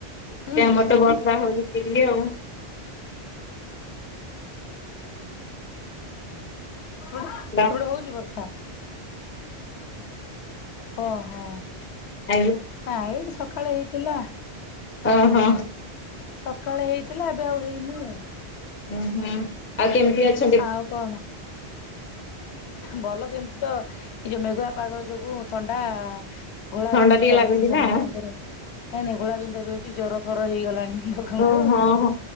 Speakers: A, on the left; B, on the left.
A: ଏପଟେ
B: ହୁଁ
A: ଆମର ତ ବର୍ଷା ହଉଛି ବୋଲି ଆଉ।
B: ସେଟେ
A: ହେଲା
B: ସେଗଟେ ହଉଛି ବର୍ଷା। ଓହୋ।
A: ଆଜ୍ଞା।
B: ଆ ଏଇଠି ସକାଳେ ହେଇଥିଲା।
A: ଓ ହୋ।
B: ସକାଳେ ହେଇଥିଲା ଏବେ ଆଉ ହେଇନି ଆଉ।
A: ଉଁ ହୁଁ ଆଉ କେମିତି ଅଛି?
B: ଆଉ କଣ? ଭଲ ସେମିତି ତ ନି ଯୋଉ ମେଘୁଆ ପାଗ ଯୋଗୁ ଥଣ୍ଡା ଗୋଳା
A: ଥଣ୍ଡା
B: ବିିନ୍ଧା
A: ଟିକେ
B: ଚାଲିଛି
A: ଲାଗୁଛି
B: ସମସ୍ତଙ୍କର।
A: ନା
B: ନାଇଁ ନାଇଁ ଘୋଳାବିନ୍ଧା ବି ହଉଛି ଜର ଫର ହେଇଗଲାଣି। ଲୋକଙ୍କୁ
A: ଓହଁ
B: ହେଲା।
A: ହଁ